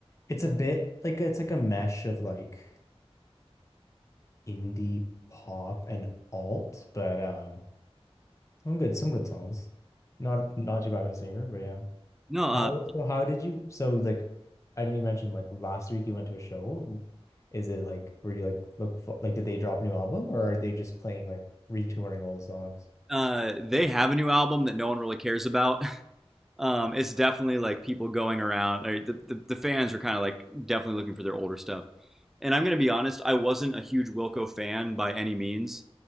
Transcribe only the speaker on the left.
it's a bit like it's like a mesh of like indie pop and alt, but um, some good, some good songs. Not, not too bad of a singer, but yeah.
How
so how did you so like I know you mentioned like last week you went to a show. Is it like were you like look for, like did they drop a new album or are they just playing like retouring old songs?